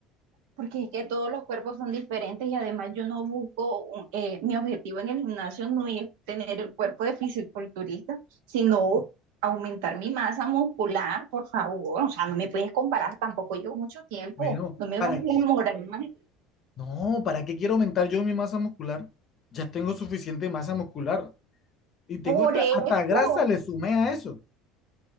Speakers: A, on the right; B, on the left.
A: Porque es que todos los cuerpos son diferentes y además yo no busco, un- eh, mi objetivo en el gimnasio no es tener el cuerpo de fisiculturista, sino aumentar mi masa muscular, por favor. O sea, no me puedes comparar, tampoco llevo mucho tiempo,
B: Bueno,
A: no me
B: ¿para
A: bajes la moral.
B: No, ¿para qué quiero aumentar yo mi masa muscular? Ya tengo suficiente masa muscular y tengo
A: Por
B: hasta,
A: eso,
B: hasta grasa, le sumé a eso.